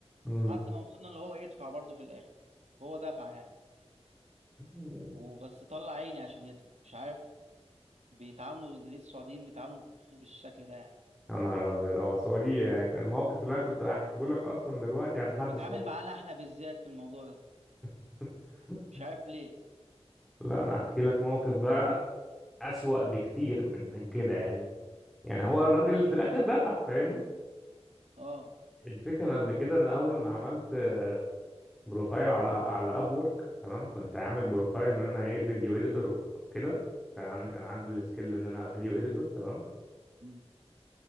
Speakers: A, in the centre; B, on the right.
A: أمم
B: لحد ما وصلنا اللي هو يدفع برضه في الاخر هو دفع يعني
A: أمم.
B: وبس طلع عيني عشان يدفع مش عارف بيتعاملوا ليه السعوديين بيتعاملوا في الفلوس بالشكل ده يعني
A: يا نهار أبيض أه سعودي يعني الموقف اللي أنا كنت هحكيه لك أصلا دلوقتي عن حد
B: بيتعامل
A: سعودي
B: معانا احنا بالذات في الموضوع ده
A: <laughs>
B: مش عارف ليه
A: لا انا هحكي لك موقف بقى اسوأ بكتير من من كده يعني يعني هو الراجل في الاخر دفع فاهمني
B: اه
A: الفكره إن قبل كده انا اول ما عملت آه، بروفايل على على اب وورك تمام كنت عامل بروفايل ان انا ايه فيديو اديتور وكده كان عندي انا عندي السكيل ان انا فيديو اديتور تمام
B: مم.